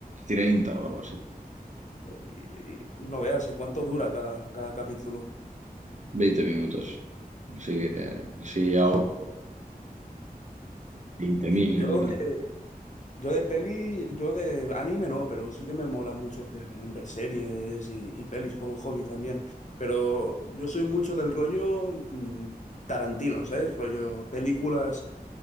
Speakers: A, on the right (about 50°); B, on the left (about 50°).
A: treinta o algo así.
B: Y, y no veas, ¿y cuánto dura cada, cada capítulo?
A: veinte minutos. Así que, así a ojo, veinte mil
B: Yo de, yo de peli, yo de anime no, pero sí que me mola mucho ver, ver series y, y pelis como hobby también. Pero yo soy mucho del rollo mm, Tarantino, ¿sabes? Rollo películas